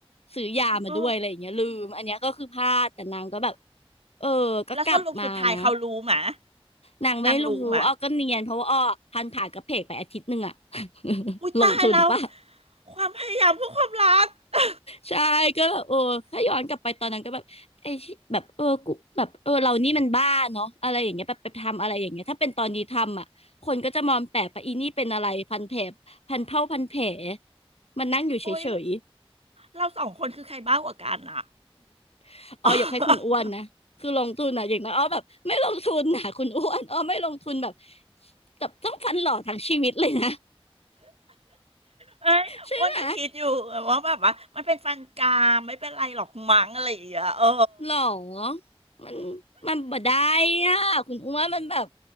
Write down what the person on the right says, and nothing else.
โอ้
แล้วสรุปสุดท้ายเขารู้มะ
นางรู้มะ
อุ้ยตายแล้ว
ความพยายามเพื่อความรัก <laughs>
โอ้ยเราสองคนคือใครบ้ากว่ากันอ่ะ
<laughs>
เอ้ยอ้วนก็คิดอยู่ว่าแบบว่ามันเป็นฟันกรามไม่เป็นไรหรอกมั้งอะไรอย่างเงี้ยเออ